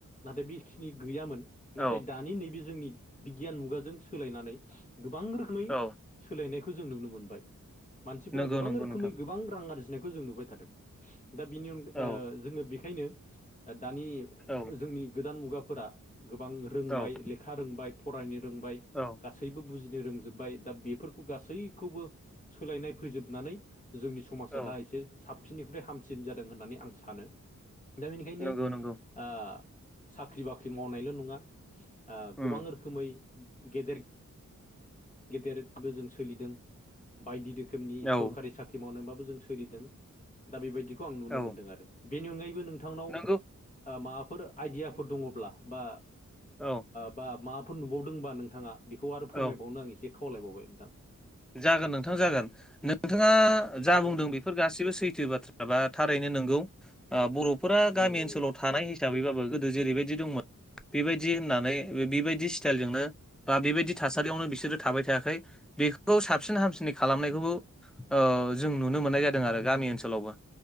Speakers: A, on the left; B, in the centre.
A: नाथाय बेखिनि गैयामोन। नाथाय
B: औ
A: दानि नैबे जोंनि बिगियान मुगाजों सोलायनानै गोबां रोखोमै
B: औ
A: सोलायनायखौ जों नुनो मोनबाय मानसिफोरा
B: नंगौ
A: गोबां
B: नंगौ
A: रोखोमै
B: नोंथां
A: गोबां रां आरज नायखौ जों नुबाय थादों दा बिनि अन-ओ
B: औ
A: जोङो बेखायनो दानि
B: औ।
A: जोंनि गोदान मुगाफोरा गोबां रोंबाय
B: औ
A: लेखा रोंबाय फरायनो रोंबाय
B: औ
A: गासै सैबो बुजिनो रोंजोबबाय दा बेफोरखौ गासैखौबो सोलायनाय फैजोबनानै जोंनि समाजा
B: औ
A: दा एसे साबसिननिख्रुइ हामसिन जादों होननानै आं सानो दा बेनिखायनो
B: नंगौ नंगौ
A: ओ साख्रि बाख्रि मावनायल' नङा ओ
B: उम
A: गोबां रोखोमै गेदेर गेदेरबो जों सोलिदों बायदि रोखोमनि
B: औ
A: सरखारि साख्रि मावनोबाबो जों सोलिदों दा बेबायदिखौ आं नुनो
B: औ
A: मोनदों आरो बेनि अनगायैबो नोंथांनाव
B: नंगौ
A: ओ माबाफोर आइडियाफोर दङब्ला बा
B: औ।
A: बा माफोर नुबावदोंबा नोंथाङा बेखौ आरो
B: औ
A: फोरमायबावनो आं एसे खावलायबावबाय नोंथां।
B: जागोन नोंथां जागोन नोंथाङा
A: उम
B: जा बुंदों बे फोर गासिबो सैथो बाथ्रा बा थारैनो नोंगौ बर'फोरा गामि
A: नंगौ
B: ओनसोलाव थानाय हिसाबैबाबो गोदो जेरैबायदि दंमोन बेबायदि होननानै बेबायदि स्टाइलजोंनो बा बेबायदि थासारियावनो बिसोरो थाबाय थायाखै। खौ साबसिन हामसिनै खालामनायखौबो ओ जों नुनो मोननाय जादों आरो गामि ओनसोलावबो।